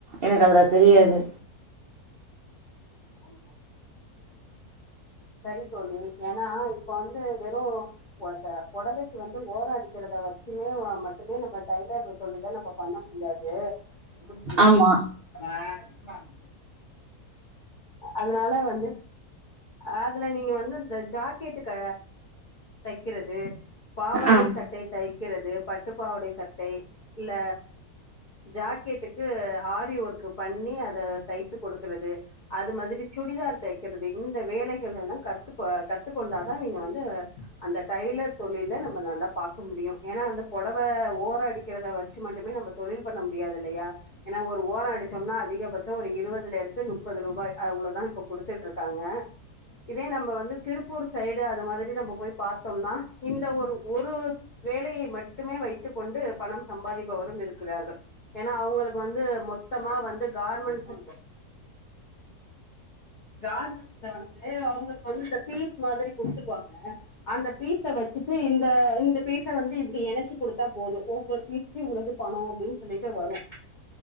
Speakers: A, on the right; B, on the left.
A: எனக்கு அதுல தெரியாது
B: <inaudible>
A: <inaudible>
B: சரி தோழி ஏன்னா இப்ப வந்து வெறும் ஓன்ட்ட பொடவைக்கு வந்து ஓர அடிக்கிறத வச்சுமே மட்டுமே நம்ம டைலர் தொழில நம்ப பண்ண முடியாது <unintelligible>
A: ஆமா
B: அதனால வந்து அதுல நீங்க வந்து இந்த ஜாக்கெட்டு க தைக்கிறது பாவடை
A: ஆம்
B: சட்டை தைக்கிறது பட்டுப்பாவடை சட்டை இல்ல ஜாக்கெட்டுக்கு ஆரி ஒர்க்கு பண்ணி அத தைத்து கொடுக்குறது அது மாதிரி சுடிதார் தைக்கிறது இந்த வேலைகள் எல்லாம் கத்து கத்துக்கொண்டாதா நீங்க வந்து அந்த டைலர் தொழில நம்ம நல்லா பாக்க முடியும் ஏன்னா வந்த பொடவை ஓரம் அடிக்கிறத வச்சு வச்சு மட்டுமே நம்ம தொழில் பண்ண முடியாது இல்லயா ஏன்னா ஒரு ஓர அடிச்சோம்னா அதிகபட்சம் ஒரு இருவதுல இருந்து முப்பது ரூபாய் அவ்வளதான் இப்ப குடுத்துட்டு இருக்காங்க இதே நம்ம வந்து திருப்பூர் சைடு அது மாதிரி நம்ம போய் பாத்தோம்னா இந்த ஒரு ஒரு வேலையை மட்டுமே வைத்து கொண்டு பணம் சம்பாதிப்பவரும் இருக்கிறார்கள் ஏன்னா அவங்களுக்கு வந்து மொத்தமா வந்து கார்மெண்ட்ஸ் கார்மெண்ட்ஸ்ல வந்து அவங்களுக்கு வந்து இந்த பீஸ் மாதிரி குடுத்துருவாங்க அந்த பீஸை வச்சிட்டு இந்த இந்த பீஸை வந்து இப்படி எணச்சு குடுத்தா போதும் ஒவ்வொரு பீஸ் இவ்ளது பணம் அப்டின்னு சொல்லிட்டு வரும்